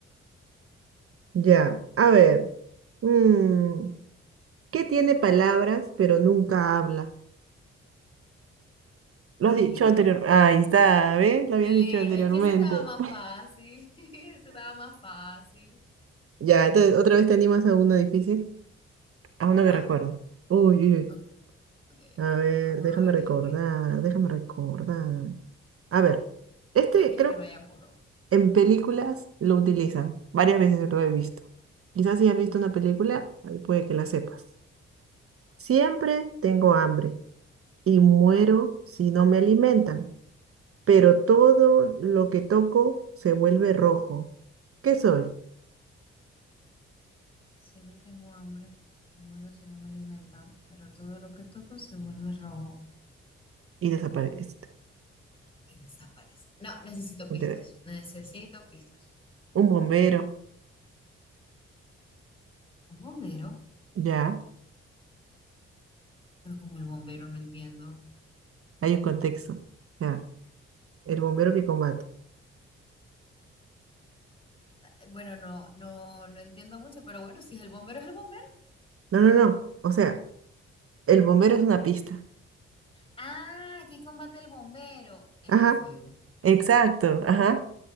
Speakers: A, on the right (about 50°); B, on the left (about 20°).
A: Ya, a ver. Mm, ¿qué tiene palabras pero nunca habla? Lo has dicho
B: Un libro.
A: anteriormente. Ahí está, ¿ves? Lo habías
B: Un
A: dicho
B: libro.
A: anteriormente.
B: Es que ese estaba más
A: <laughs>
B: fácil. <laughs> Ese estaba más fácil.
A: Ya, entonces, ¿otra vez te animas a uno difícil? A uno que
B: Va.
A: recuerde. Uy, uy, uy.
B: Ok, ok,
A: A
B: ok.
A: ver,
B: Vamos
A: déjame
B: a ver.
A: recordar,
B: eh, que-
A: déjame recordar. A ver, este
B: Tranquila
A: creo
B: que no haya apuro.
A: que en películas lo utilizan. Varias veces lo he visto. Quizás si has
B: Ujú.
A: visto una película, ahí puede que la sepas. Siempre tengo hambre y muero si no me alimentan, pero todo lo que toco se vuelve rojo. ¿Qué soy?
B: Siempre tengo hambre y muero si no me alimentan, pero todo lo que toco se vuelve rojo
A: Y desaparece.
B: y desaparece. No, necesito pistas.
A: Te-
B: Necesito pistas.
A: Un bombero,
B: Un bombero,
A: ya,
B: pero como el bombero no entiendo.
A: hay un contexto. Ya, el bombero que combate.
B: Eh, Bueno, no, no, no entiendo mucho, pero bueno, si es el bombero, es el bombero.
A: No, no, no. O sea, el bombero es una pista.
B: Ah, aquí combate el bombero? El
A: Ajá,
B: fuego.
A: exacto, ajá,